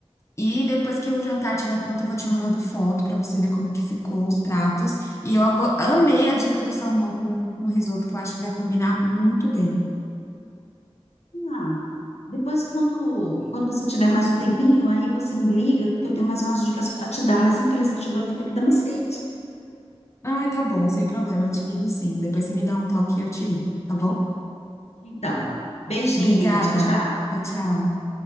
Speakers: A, on the left (about 25°); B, on the left (about 85°).
A: E depois que o jantar estiver pronto, eu vou te mandando foto pra você ver como que ficou os pratos. E eu ago- amei a dica do salmão com, com risoto, que eu acho que vai combinar muito bem.
B: Ah, depois, quando, quando você tiver mais um tempinho, aí você me liga, porque eu tenho mais umas dicas para te dar, mas infelizmente agora eu vou ter que dar uma saída.
A: Ai, tá bom, sem problema, eu te ligo sim. Depois você me dá um toque e eu te ligo, tá bom?
B: Então, beijinho,
A: Obrigada.
B: tchau, tchau.
A: Tchau, tchau.